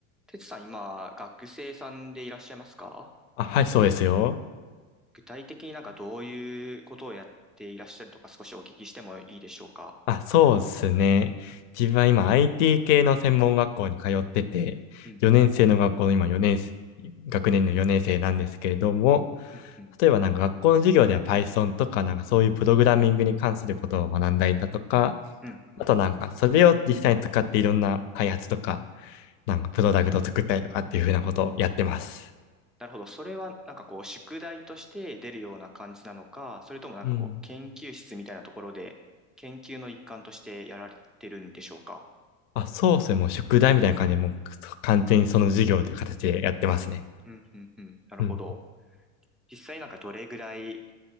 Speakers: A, in the centre; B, on the left (about 60°).
A: てつさん、今、学生さんでいらっしゃいますか
B: あ、はい、そうですよ。
A: 具体的になんかどういうことをやっていらっしゃるとか少しお聞きしてもいいでしょうか
B: あ、そうですね。自分は今 IT 系の専門学校に通ってて、
A: うんうん、
B: 4年生の学校の今4年生、学年の4年生なんですけれども、
A: うん、うん、
B: 例えばなんか学校の授業では Python とかなんかそういうプログラミングに関することを学んだりだとか、
A: うん、うん。
B: あとなんかそれを実際に使っていろんな開発とか、なんかプロダクトを作ったりとかっていうふうなことをやってます。
A: なるほど。それはなんかこう、宿題として出るような感じなのか、それともなんかこう、
B: うん。
A: 研究室みたいなところで、研究の一環としてやられてるんでしょうか
B: あ、そうですね。もう宿題みたいな感じで、もう完全にその授業という形でやってますね。
A: うん、うん、うん。なるほど。
B: うん
A: 実際なんかどれぐらい、